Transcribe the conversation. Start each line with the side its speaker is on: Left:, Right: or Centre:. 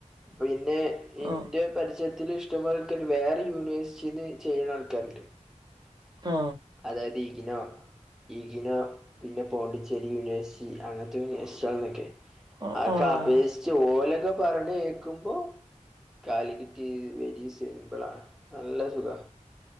Centre: പിന്നെ ഇന്റെ
Right: ആഹ്
Centre: പരിസ് രത്തില് ഇഷ്ട്ടം പോലെ ആൾക്കാർ വേറെ യൂണിവേഴ്സിറ്റില് ചെയ്യുന്ന ആൾക്കാരുണ്ട്
Right: ആ
Centre: അതായത് ഇഗ്‌ നോ ഇഗ്‌ നോ പിന്നെ പോണ്ടിച്ചേരി യൂണിവേഴ്‌സിറ്റി അങ്ങനത്തെ യൂണിവേസിറ്റി
Right: ആഹ്
Centre: അതൊക്കെ
Right: ആഹ്
Centre: അപേക്ഷിച്ച് ഓലൊക്കെ പറഞ്ഞ് കേക്കുമ്പോ കാലിക്കറ്റ് വെരി സിമ്പിളാണ് നല്ല സുഖാ